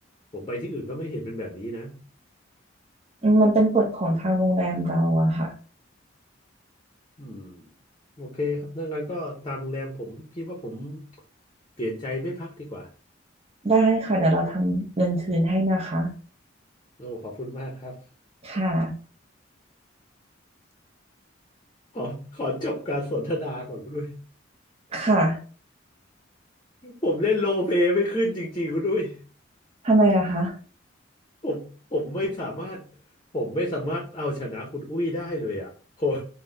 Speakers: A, on the left (about 25°); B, on the right (about 30°).
A: ผมไปที่อื่นก็ไม่เห็นเป็นแบบนี้นะ
B: อืมมันเป็นกฎของทางโรงแรมเราอะค่ะ
A: อืมโอเคครับดังนั้นก็ตามโรงแรมผมพี่ว่าผมเปลี่ยนใจไม่พักดีกว่า
B: ได้ค่ะเดี๋ยวเราทำเงินคืนให้นะคะ
A: โอ้ขอบคุณมากครับ
B: ค่ะ
A: ขอขอจบการสนทนาก่อนคุณด้วย
B: ค่ะ
A: ผมเล่นโรลเพลย์ไม่ขึ้นจริงๆคุณด้วย
B: ทำไมอะคะ
A: ผมผมไม่สามารถผมไม่สามารถเอาชนะคุณอุ้ยได้เลยอ่ะผม